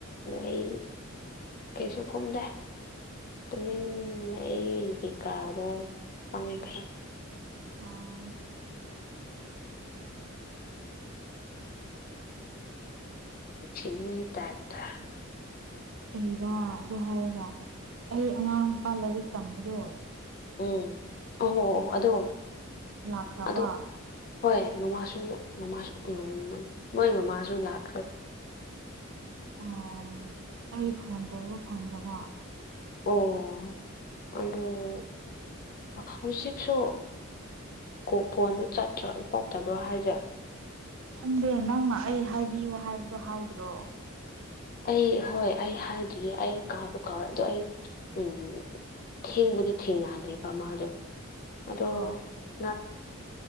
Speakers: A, on the left; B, on the right.
A: ꯑꯩ ꯀꯩꯁꯨ ꯈꯨꯝꯗꯦ ꯇꯨꯃꯤꯟꯅ ꯑꯩꯒꯤ ꯀꯥꯗ ꯆꯪꯉꯦ
B: ꯑꯥ
A: ꯏꯟꯁꯤꯟꯕꯤꯒꯤ ꯇꯥꯏꯞꯇ
B: ꯀꯩꯔ ꯑꯗꯨ ꯍꯥꯏꯔꯒ ꯑꯩ ꯑꯉꯥꯡ ꯅꯨꯄꯥ ꯂꯥꯏꯔꯤꯛ ꯇꯝꯕꯗꯣ
A: ꯎꯝ ꯑꯣ ꯍꯣ ꯑꯣ ꯑꯗꯨꯗꯣ
B: ꯂꯥꯛꯈ꯭ꯔꯕ
A: ꯑꯗꯣ ꯍꯣꯏ ꯃꯃꯥꯁꯨ ꯃꯃꯥꯁꯨ ꯃꯣꯏ ꯃꯃꯥꯁꯨ ꯂꯥꯛꯈ꯭ꯔꯦ
B: ꯑꯣ ꯑꯩ ꯐꯣꯟ ꯇꯧꯕ ꯐꯪꯗꯕ
A: ꯑꯣ ꯑꯗ‌ꯣ ꯍꯧꯖꯤꯛꯁꯨ ꯀꯣ ꯐꯣꯟꯗ‌ꯣ ꯆꯠꯇ꯭ꯔ ꯇꯠꯇꯕ꯭ꯔꯣ ꯍꯥꯏꯁꯦ
B: ꯈꯪꯗꯦ ꯅꯪꯅ ꯑꯩ ꯍꯥꯏꯕꯤꯌꯨ ꯍꯥꯏꯕꯗꯣ ꯍꯥꯏꯗ꯭ꯔꯣ
A: ꯑꯩ ꯍꯣꯏ ꯑꯩ ꯍꯥꯏꯗ꯭ꯔꯤ ꯑꯩ ꯀꯥꯎꯕꯨ ꯀꯥꯎꯋꯦ ꯑꯗꯣ ꯑꯩ ꯎꯝ ꯊꯦꯡꯕꯨꯗꯤ ꯊꯦꯡꯅꯗ‌ꯦꯕ ꯃꯥꯗꯣ ꯑꯗꯣ
B: ꯑꯣ
A: ꯅꯪ